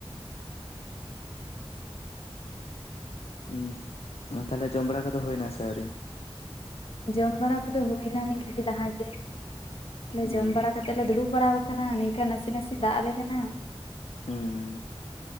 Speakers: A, on the left (about 80°); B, on the left (about 65°).
A: ᱮᱫᱸ ᱛᱟᱦᱞᱮ ᱡᱚᱢ ᱵᱟᱲᱟ ᱠᱚᱫᱚ ᱦᱩᱭ ᱱᱟᱥᱮ ᱟᱹᱣᱨᱤ
B: ᱡᱚᱢ ᱵᱟᱲᱟ ᱠᱚᱫᱚ ᱦᱩᱭ ᱱᱟ ᱢᱤᱫ ᱜᱷᱟᱹᱲᱤ ᱞᱟᱦᱟ ᱜᱮ
A: ᱦᱩᱸ
B: ᱡᱚᱢ ᱵᱟᱲᱟ ᱠᱟ <inaudible> ᱞᱮ ᱫᱩᱲᱩᱵ ᱵᱟᱲᱟᱣ ᱠᱟᱱᱟ ᱱᱤᱝᱠᱟ ᱱᱟᱥᱮ ᱱᱟᱥᱮ ᱫᱟᱜ ᱟᱞᱮ ᱠᱟᱱᱟ
A: ᱦᱩᱸ